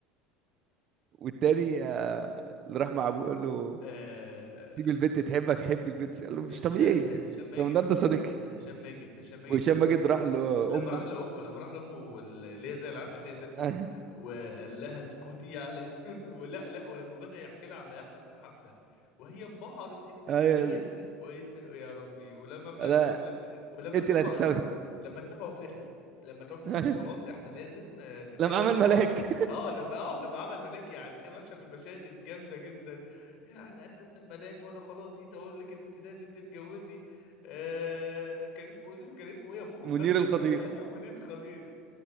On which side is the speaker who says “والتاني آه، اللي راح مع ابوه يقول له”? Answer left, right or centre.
Right